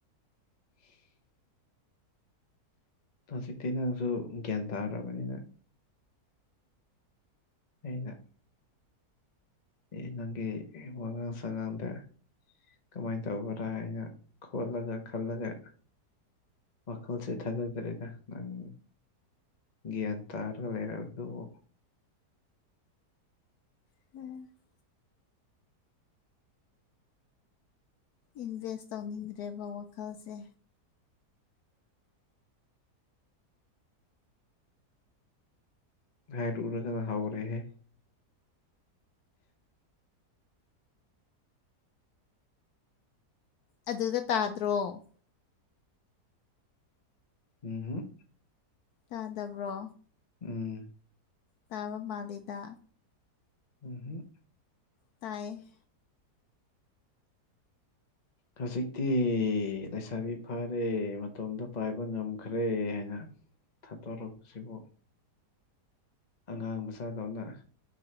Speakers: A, on the left; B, on the left.
A: <inaudible> ꯍꯧꯖꯤꯛꯇꯤ ꯅꯪꯁꯨ ꯒ꯭ꯌꯥꯟ ꯇꯥꯔꯕꯅꯤꯅ ꯑꯩꯅ ꯑꯦ ꯅꯪꯒꯤ ꯑꯦ ꯋꯥꯉꯥꯡ ꯁꯉꯥꯡꯗ ꯀꯃꯥꯏ ꯇꯧꯕꯔꯥ ꯑꯩꯅ ꯈꯣꯠꯂꯒ ꯈꯜꯂꯒ ꯋꯥꯈꯜꯁꯦ ꯊꯥꯗꯗ꯭ꯔꯦꯗ ꯅꯪ ꯒ꯭ꯌꯥꯟ ꯇꯥꯔꯒ ꯂꯩꯔꯕꯗꯨꯕꯨ
B: <unintelligible> ꯏꯟꯚꯦꯁ ꯇꯧꯅꯤꯡꯗ꯭ꯔꯦꯕ ꯋꯥꯈꯜꯁꯦ
A: ꯍꯥꯏꯔꯨꯔꯒꯅꯥ ꯍꯧꯔꯦꯍꯦ
B: ꯑꯗꯨꯗ ꯇꯥꯗ꯭ꯔꯣ
A: ꯎꯝꯍꯨꯝ
B: ꯇꯥꯗꯕ꯭ꯔꯣ
A: ꯎꯝ
B: ꯇꯥꯕ ꯄꯥꯜꯂꯤꯗ
A: ꯎꯝꯍꯨꯝ
B: ꯇꯥꯌꯦ
A: ꯍꯧꯖꯤꯛꯇꯤ ꯂꯩꯁꯥꯕꯤ ꯐꯥꯔꯦ ꯃꯇꯣꯝꯇ ꯄꯥꯏꯕ ꯉꯝꯈ꯭ꯔꯦ ꯍꯥꯏꯅ ꯊꯥꯗꯣꯔꯛꯄꯁꯤꯕꯨ ꯑꯉꯥꯡ ꯃꯆꯥꯗꯧꯅ